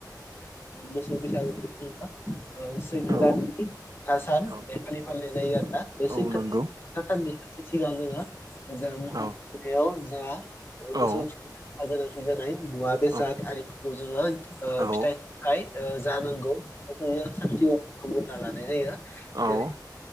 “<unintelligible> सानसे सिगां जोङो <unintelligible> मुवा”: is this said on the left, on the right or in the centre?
Left